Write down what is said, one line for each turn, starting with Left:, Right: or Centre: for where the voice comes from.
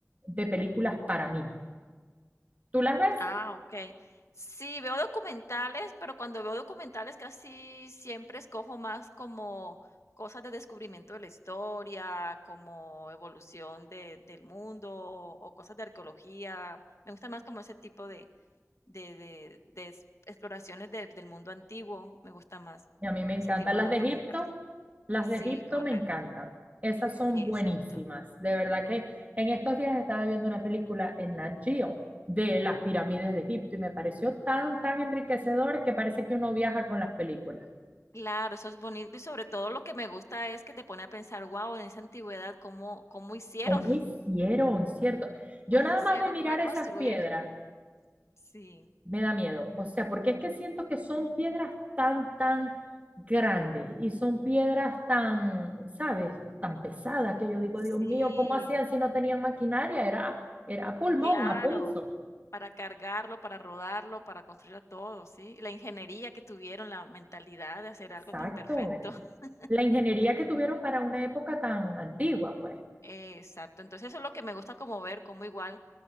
Right: de películas para mí. ¿Tú las ves?
Left: Ah, okey. Sí, veo documentales, pero cuando veo documentales casi siempre escojo más como cosas de descubrimiento de la historia, como evolución de del mundo o cosas de arqueología. Me gusta más como ese tipo de de de de ex exploraciones del del mundo antiguo, me gusta más
Right: Y a mí me encantan
Left: ese tipo
Right: las
Left: de documentales.
Right: de Egipto, las
Left: Sí,
Right: de Egipto
Left: correcto,
Right: me encantan. Esas son
Left: exacto.
Right: buenísimas. De verdad que en estos días estaba viendo una película en Nat Geo de las pirámides de Egipto y me pareció tan, tan enriquecedor que parece que uno viaja con las películas.
Left: Claro, eso es bonito y sobre todo lo que me gusta es que te pone a pensar, guau, en esa antigüedad, ¿cómo cómo hicieron?
Right: ¿Cómo hicieron, cierto? Yo
Left: ¿Cómo
Right: nada
Left: hicieron
Right: más de mirar
Left: para construir?
Right: esas piedras
Left: Sí,
Right: Me da miedo. O sea, porque es que siento que son piedras tan, tan grandes y son piedras tan, ¿sabes? Tan pesadas que yo digo,
Left: sí,
Right: Dios mío, ¿cómo hacían si no tenían maquinaria? Era, era a pulmón,
Left: claro,
Right: a pulso.
Left: para cargarlo, para rodarlo, para construirlo todo, sí. la ingeniería que tuvieron, la mentalidad de hacer
Right: Exacto.
Left: algo tan perfecto. <laughs>
Right: La ingeniería que tuvieron para una época tan antigua, pues.
Left: Exacto. Entonces, eso es lo que me gusta como ver, como igual